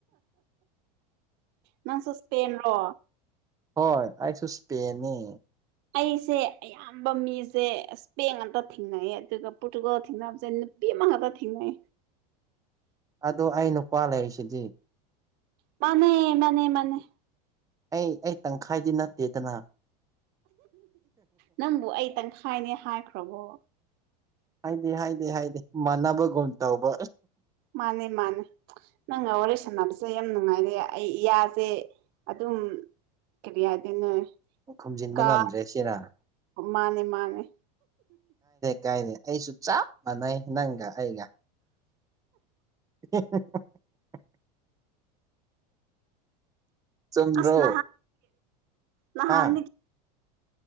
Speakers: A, on the right; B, on the right.
A: ꯅꯪꯁꯨ ꯁꯄꯦꯟꯔꯣ
B: ꯍꯣꯏ ꯑ ꯁ ꯁꯄꯦꯅꯤ
A: ꯑꯩꯁꯦ ꯑꯌꯥꯝꯕ ꯃꯤꯁꯦ ꯏꯁꯄꯦꯡ ꯑꯝꯇ ꯊꯦꯡꯅꯩꯌꯦ ꯑꯗꯨꯒ ꯄꯣꯔꯇꯨꯒꯜ ꯊꯦꯡꯅꯕꯁꯦ ꯃꯉꯕ ꯊꯦꯡꯉ
B: ꯑꯗꯣ ꯑꯩ ꯅꯨꯄꯥ ꯂꯩꯔꯤꯁꯤꯗꯤ
A: ꯃꯥꯅꯦ ꯃꯥꯅꯦ ꯃꯥꯅꯦ
B: ꯑꯩ ꯑꯩ ꯇꯪꯈꯥꯏꯗꯤ ꯅꯠꯇꯦꯗꯅ
A: ꯅꯪꯕꯨ ꯑꯩ ꯇꯪꯈꯥꯏꯅꯦ ꯍꯥꯏꯈ꯭ꯔꯕꯣ
B: ꯍꯥꯏꯗꯤ ꯍꯥꯏꯗꯤ ꯍꯥꯏꯗꯤ ꯃꯥꯟꯅꯕꯒꯨꯝ ꯇꯧꯕ
A: ꯃꯥꯅꯦ ꯃꯥꯅꯦ ꯅꯪꯒ ꯋꯥꯔꯤ ꯁꯥꯟꯅꯕꯁꯦ ꯌꯥꯝ ꯅꯨꯡꯉꯥꯏꯔꯦ ꯑꯩ ꯏꯁꯦ ꯑꯗꯨ ꯑꯗꯨ ꯀꯔꯤꯌꯥꯗꯅ
B: ꯈꯨꯝꯖꯤꯟꯕ
A: ꯀꯥ
B: ꯉꯝꯗ꯭ꯔꯦ ꯁꯤꯅ
A: ꯃꯥꯅꯦ ꯃꯥꯅꯦ
B: ꯀꯥꯏꯅꯤ ꯑꯩꯁꯨ ꯆꯞ ꯃꯥꯟꯅꯩ ꯅꯪꯒ ꯑꯩꯒ <unintelligible> ꯆꯨꯝꯗ꯭ꯔꯣ
A: ꯑꯁꯅꯍꯥꯟ ꯅꯍꯥꯟ
B: ꯍꯥ